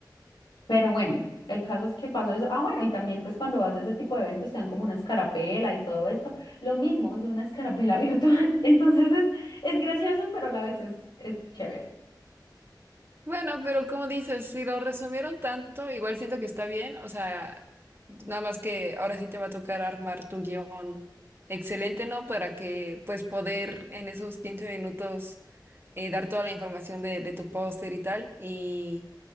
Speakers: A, on the left; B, on the right.
A: pero bueno. El caso es que pasó eso. Ah, bueno, y también pues cuando vas a ese tipo de eventos te dan como una escarapela y todo esto. Lo mismo, es una escarapela virtual. <laughs> Entonces es, es gracioso, pero a la vez es, es chévere.
B: Bueno, pero como dices, si lo resumieron tanto, igual siento que está bien, o sea, nada más que ahora sí te va a tocar armar tu guión excelente, ¿no? Para que pues poder en esos 15 minutos eh, dar toda la información de, de tu póster y tal, y